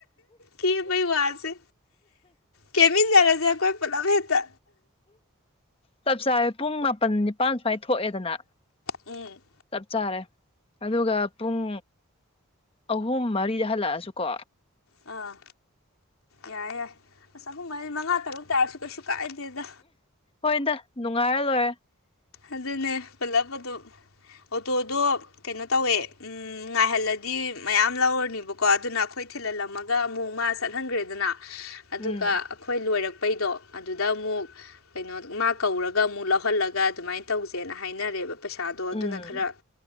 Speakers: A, on the left; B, on the left.
A: ꯀꯦꯕꯩ ꯋꯥꯁꯦ ꯀꯦꯃꯤꯟꯗꯔꯖꯦ ꯑꯩꯈꯣꯏ ꯄꯨꯂꯞ ꯍꯦꯛꯇ
B: ꯆꯞ ꯆꯥꯔ ꯄꯨꯡ ꯃꯥꯄꯜ ꯅꯤꯄꯥꯜ ꯁ꯭ꯨꯋꯥꯏ ꯊꯣꯛꯑꯦꯗꯅ
A: ꯎꯝ
B: ꯆꯞ ꯆꯥꯔꯦ ꯑꯗꯨꯒ ꯄꯨꯡ ꯑꯍꯨꯝ ꯃꯔꯤꯗ ꯍꯜꯂꯛꯑꯁꯨꯀꯣ
A: ꯑꯥ ꯌꯥꯏ ꯌꯥꯏ ꯑꯁ ꯑꯍꯨꯝ ꯍꯥꯏꯁꯦ ꯃꯉꯥ ꯇꯔꯨꯛ ꯇꯥꯔꯁꯨ ꯀꯩꯁꯨ ꯀꯥꯏꯗꯦꯗ
B: ꯍꯣꯏꯗ ꯅꯨꯡꯉꯥꯏꯔ ꯂꯣꯏꯔꯦ
A: ꯑꯗꯨꯅꯦ ꯄꯨꯜꯂꯞ ꯑꯗꯨ ꯑꯣꯇꯣꯗꯣ ꯀꯩꯅꯣ ꯇꯧꯋꯦ ꯉꯥꯏꯍꯜꯂꯗꯤ ꯃꯌꯥꯝ ꯂꯧꯔꯅꯤꯕꯀꯣ ꯑꯗꯨꯅ ꯑꯩꯈꯣꯏ ꯊꯤꯜꯍꯜꯂꯝꯃꯒ ꯒ ꯑꯃꯨꯛ ꯃꯥ ꯆꯠꯍꯟꯒ꯭ꯔꯦꯗꯅ ꯑꯗꯨꯒ
B: ꯎꯝ
A: ꯑꯩꯈꯣꯏ ꯂꯣꯏꯔꯛꯄꯩꯗꯣ ꯑꯗꯨꯗ ꯑꯃꯨꯛ ꯀꯩꯅꯣ ꯃꯥ ꯀꯧꯔꯒ ꯑꯃꯨꯛ ꯂꯧꯍꯜꯂꯒ ꯑꯗꯨꯃꯥꯏꯅ ꯇꯧꯁꯦꯅ ꯍꯥꯏꯅꯔꯦꯕ ꯄꯩꯁꯥꯗꯣ ꯑꯗꯨꯅ
B: ꯎꯝ
A: ꯈꯔ